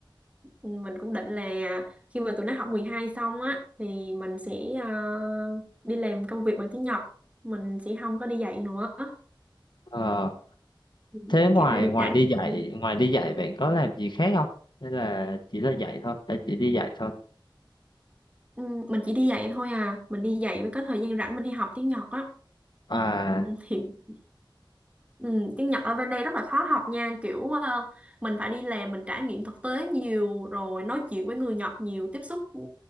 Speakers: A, on the right (about 15°); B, on the left (about 60°).
A: Ừ, mình cũng định là khi mà tụi nó học 12 xong á thì mình sẽ ờ, đi làm công việc bằng tiếng Nhật mình sẽ không có đi dạy nữa
B: à,
A: Ừ,
B: Thế ngoài
A: kiểu đã được
B: ngoài
A: trải
B: đi dạy,
A: nghiệm
B: ngoài đi dạy bạn có làm gì khác không? Hay là chỉ là dạy thôi, hay chỉ đi dạy thôi.
A: Ừ, mình chỉ đi dạy thôi à mình đi dạy mới có thời gian rảnh mình đi học tiếng Nhật á
B: À,
A: Ừ, hiện Ừ, tiếng Nhật ở bên đây rất là khó học nha kiểu ờ, mình phải đi làm mình trải nghiệm thực tế nhiều rồi nói chuyện với người Nhật nhiều tiếp xúc ừ,